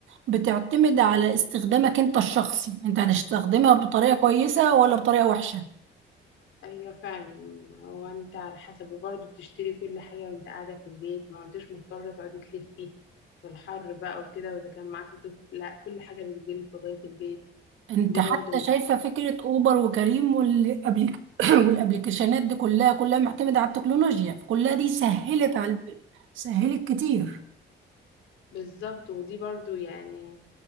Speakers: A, on the right (about 80°); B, on the left (about 80°).
A: بتعتمد على استخدامك انت الشخصي انت هتستخدمها بطريقة كويسة ولا بطريقة وحشة
B: أيوة فعلا هو أنت على حسب وبرضو بتشتري كل حاجة وأنت قاعدة في البيت ما أنتش مضطرة تقعدي تلفي في الحر بقى وكده وإذا كان معاكي طفل لا كل حاجة بتجيلك لغاية البيت
A: انت
B: دي برضو
A: حتى
B: من
A: شايفه فكره اوبر وكريم والابليك <coughs> والابليكيشنات دي كلها كلها معتمده على التكنولوجيا فكلها دي سهلت على سهلت كتير
B: بالظبط ودي برضو يعني